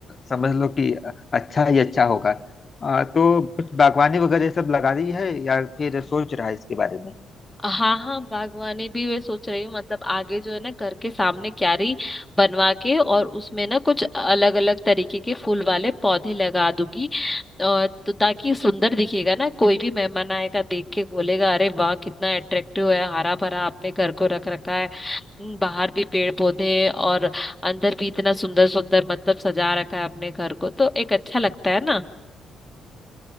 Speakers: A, on the left; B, in the centre.
A: समझ लो कि अच्छा ही अच्छा होगा आ, तो कुछ बागवानी वगैरह ये सब लगा रही है या फिर सोच रहा है इसके बारे में
B: हाँ हाँ बागवानी भी मैं सोच रही हूँ मतलब आगे जो है ना घर के सामने क्यारी बनवा के और उसमें ना कुछ अलग अलग तरीके के फूल वाले पौधे लगा दूंगी और तो ताकि सुंदर दिखेगा ना कोई भी मेहमान आएगा देख के बोलेगा अरे वाह कितना अट्रैक्टिव है हरा भरा आपने घर को रख रखा है हम्म, बाहर भी पेड़ पौधे और अंदर भी इतना सुंदर सुंदर मतलब सजा रखा है अपने घर को तो एक अच्छा लगता है ना